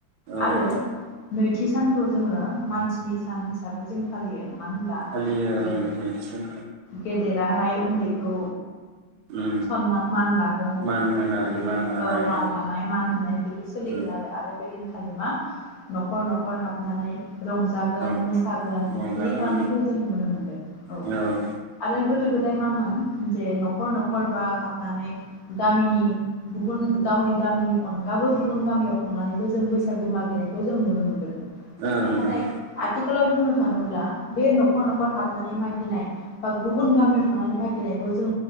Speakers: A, on the right (about 85°); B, on the left (about 65°).
A: औ
B: आरो नैथि सानखौ जोङो मानसिनि सान हिसाबै जों फालियो नङा होनब्ला
A: फालियो
B: जेरै
A: ओं नैथिजों
B: गेदेराहाय उन्दैखौ
A: उम
B: सनमान मानला
A: मान होनाय
B: औ
A: मान लानाय
B: मान लानाय मान होना नाय बिदि सोलिगोन
A: ओं
B: आरो बे दिनखालि मा नखर नखर हाबनानै रंजागोन
A: ओं
B: मोसागोन
A: औ
B: बिदि
A: रंजागोन
B: खालामनायखौ जों नुनो मोनदों औ
A: ओं
B: आरो गोदो गोदाय मामोन जे नखर नखर बा हाबनानै गामिनि गुबुन गावनि गामिनि अनगाबो गुबुन गामियाव थांनानैबो जों बैसागु मागिनायखौ जों नुनो मोनबोदों।
A: औ ओं
B: नाथाय
A: ओं
B: आथिखालाव बुंनो थाङोब्ला बे नखर नखर हाबनानै मागिनाय बा गुबुन गामियाव थांनानै मागिनायखौ जों